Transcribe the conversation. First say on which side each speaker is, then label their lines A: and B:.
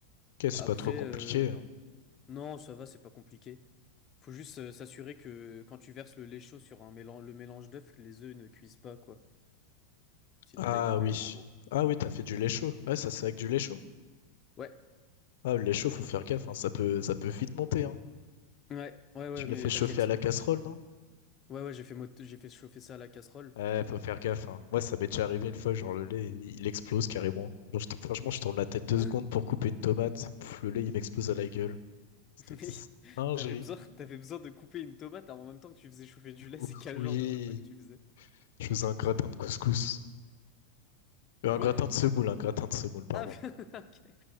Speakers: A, on the left; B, on the left.
A: ok, c'est
B: Après,
A: pas trop compliqué.
B: euh,
A: hein.
B: non, ça va, c'est pas compliqué. Faut juste euh, s'assurer que quand tu verses le lait chaud sur un mélange, le mélange d'œufs, que les œufs ne cuisent pas, quoi. Sinon,
A: Ah
B: t'as une omelette,
A: oui,
B: en gros.
A: ah oui, t'as fait du lait chaud. Ouais, ça c'est avec du lait chaud.
B: Ouais,
A: Ah, le lait chaud, faut faire gaffe, hein, ça peut, ça peut vite monter. hein.
B: ouais, ouais, ouais,
A: Tu l'as
B: mais
A: fait chauffer
B: t'inquiète.
A: à la casserole, non?
B: Ouais, ouais, j'ai fait, mot- j'ai fait chauffer ça à la casserole.
A: Ouais, faut faire gaffe. hein. Moi, ça m'est déjà arrivé une fois, genre le lait, il explose carrément. Genre, je tourne- franchement, je tourne la tête deux
B: Hein?
A: secondes pour couper une tomate. Pff, le lait, il m'explose à la gueule. C'était
B: <laughs> Mais
A: une singerie.
B: t'avais besoin, t'avais besoin de couper une tomate en même temps que tu faisais chauffer du lait,
A: Ouh,
B: c'est quel
A: Oui,
B: genre de repas que tu faisais?
A: je faisais un gratin de couscous. Euh,
B: Quoi?
A: un gratin de semoule, un gratin de semoule, pardon.
B: Ah oui, <laughs> OK.